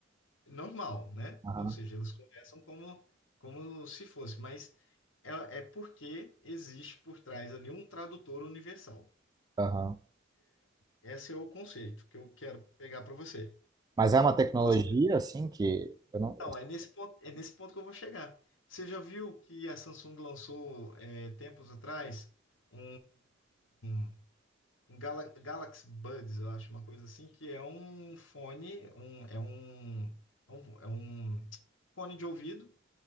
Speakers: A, on the left; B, on the right.
A: normal, né?
B: Aham.
A: Ou seja, eles conversam como, como se fosse, mas é, é porque existe por trás ali um tradutor universal.
B: Aham.
A: Esse é o conceito que eu quero pegar para você.
B: Mas é uma tecnologia,
A: Você,
B: assim, que eu não.
A: não, é nesse ponto, é nesse ponto que eu vou chegar. Você já viu que a Samsung lançou é, tempos atrás um, um, um Gala, Galaxy Buds, eu acho, uma coisa assim, que é um fone, um, é um, é um, é um fone de ouvido